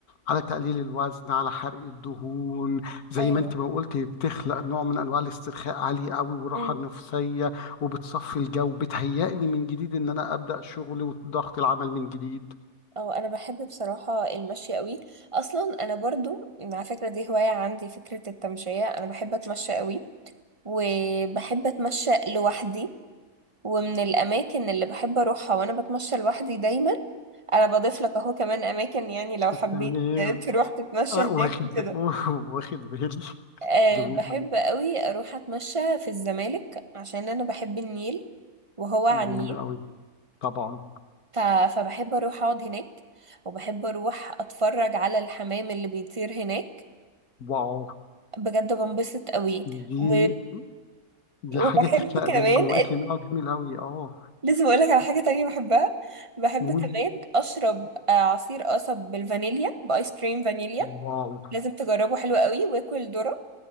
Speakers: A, on the left; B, on the right.
A: على تقليل الوزن على حرق الدهون زي
B: ايوه
A: ما انت ما قلت بتخلق نوع من انواع الاسترخاء عالي قوي والراحه
B: مم.
A: النفسيه وبتصفي الجو بتهيئني من جديد ان انا ابدا شغلي وضغط العمل من جديد
B: اه انا بحب بصراحة المشي قوي اصلا انا برضو على فكرة دي هواية عندي فكرة التمشية انا بحب اتمشى قوي وبحب اتمشى لوحدي ومن الاماكن اللي بحب اروحها وانا بتمشى لوحدي دايما انا بضيف لك اهو كمان اماكن يعني لو حبيت
A: تمام
B: تروح تتمشى
A: آه،
B: هناك
A: واخد
B: وكده
A: ب... <laughs> واخد بالي
B: أه
A: جميل
B: بحب
A: أوي
B: قوي اروح اتمشى في الزمالك عشان انا بحب النيل وهو على
A: جميل
B: النيل
A: أوي طبعا
B: ف... فبحب اروح اقعد هناك وبحب اروح اتفرج على الحمام اللي بيطير هناك
A: واو
B: بجد بنبسط قوي
A: دي
B: و...
A: دي
B: وبحب
A: حاجة تخلق
B: كمان
A: من جواكي نوع جميل أوي اه
B: لازم اقول لك على حاجه تانية بحبها بحب
A: قول
B: كمان اشرب آه، عصير قصب بالفانيليا بايس كريم فانيليا
A: واو
B: لازم تجربه حلو قوي واكل ذره